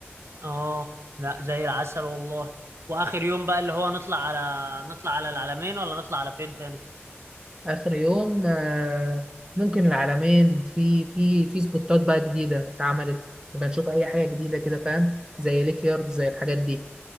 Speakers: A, on the right; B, on the right.
A: اه لا زي العسل والله واخر يوم بقى اللي هو نطلع على نطلع على العلمين ولا نطلع على فين تاني
B: اخر يوم آه، ممكن العلمين في في في سبوتات بقى جديده اتعملت نبقى نشوف اي حاجه جديده كده فاهم زي ليك يارد زي الحاجات دي